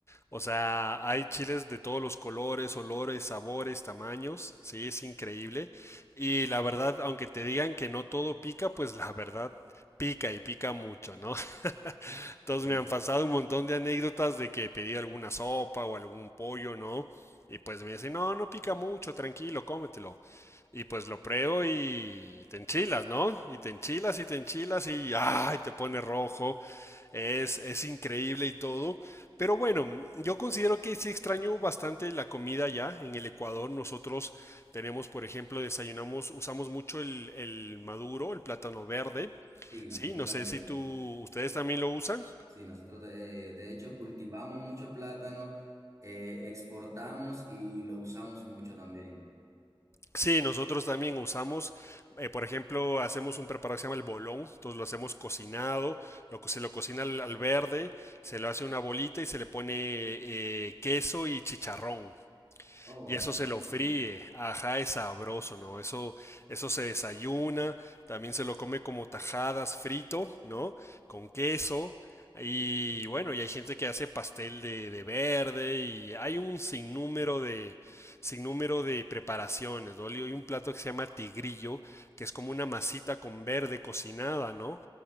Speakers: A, on the left (about 30°); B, on the right (about 35°).
A: O sea, hay chiles de todos los colores, olores, sabores, tamaños, sí, es increíble. Y la verdad, aunque te digan que no todo pica, pues la verdad pica y pica mucho, ¿no? <laughs> Entonces
B: Cierto.
A: me han pasado un montón de anécdotas de que pedí alguna sopa o algún pollo, ¿no? Y pues me dicen, no, no pica mucho, tranquilo, cómetelo. Y pues lo pruebo y te enchilas, ¿no? Y te enchilas y te enchilas y ¡ay! te pone rojo. Es, es increíble y todo. Pero bueno, yo considero que sí extraño bastante la comida ya. En el Ecuador nosotros tenemos, por ejemplo, desayunamos, usamos mucho el, el maduro, el plátano verde.
B: Sí, nosotros
A: Sí, no
B: también.
A: sé si tú, ustedes también lo usan.
B: Sí, nosotros eh, de hecho cultivamos mucho plátano, eh, exportamos y lo usamos mucho también.
A: Sí, nosotros también usamos, eh, por ejemplo, hacemos un preparado que se llama el bolón, entonces lo hacemos cocinado, lo, co- se lo cocina al, al verde, se lo hace una bolita y se le pone eh, queso y chicharrón
B: Oh,
A: y eso
B: así
A: se
B: no.
A: lo fríe. Ajá, es sabroso, ¿no? Eso, eso se desayuna, también se lo come como tajadas frito, ¿no? Con queso. Y bueno, y hay gente que hace pastel de, de verde y hay un sinnúmero de, sinnúmero de preparaciones, ¿no? Hay un plato que se llama tigrillo, que es como una masita con verde cocinada, ¿no?